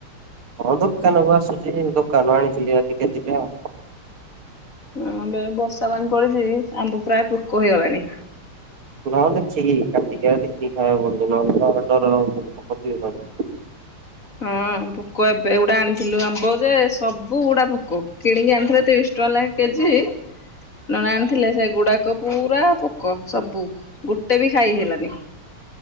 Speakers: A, on the right; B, on the left.
A: ହଁ ଦୋକାନ କୁ ଆସୁଚି, ଦୋକାନରୁ ଆଣିଥିଲି ଆଜି କେଜିଟା ଆଉ।
B: ହଁ ଏବେ ବର୍ଷା ପାଣି ପଡିଚି, ଆମ୍ବ ପ୍ରାୟ ପୋକ ହେଇଗଲାଣି।
A: <unintelligible> ଦେଖକି କାଟିକି ଦେଖି ଖାଇବା ପଡୁଚି ନହେଲେ ଡର ରହୁଚି <unintelligible>
B: ହଁ ପୋକ ଏବେ ଗୁଡା ଆଣିଥିଲୁ ଆମ୍ବ ଯେ ସବୁଗୁଡା ପୋକ, କିଣିକି ଆଣିଥିଲୁ ତିରିଶ ଟଙ୍କା ଲେଖା କେଜି। ନନା ଆଣିଥିଲେ ସେଗୁଡାକ ପୁରା ପୋକ ସବୁ ଗୋଟେ ବି ଖାଇ ହେଲାନି।